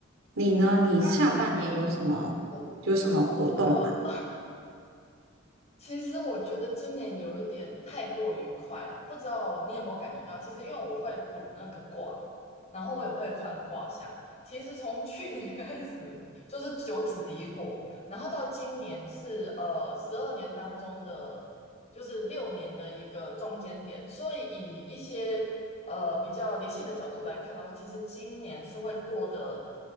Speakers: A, on the right (about 85°); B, on the left (about 35°).
A: 你呢？你下半年有什么有什么活动吗？
B: 那我呃其实我觉得今年有一点太过于快了，不知道你有没有感觉到？其实因为我会补那个卦，然后我也会看卦象。其实从去年 <laughs> 开始就是九紫离火，然后到今年是呃十二年当中的就是六年的一个中间点，所以以一些呃比较理性的角度来看的话，其实今年是会过得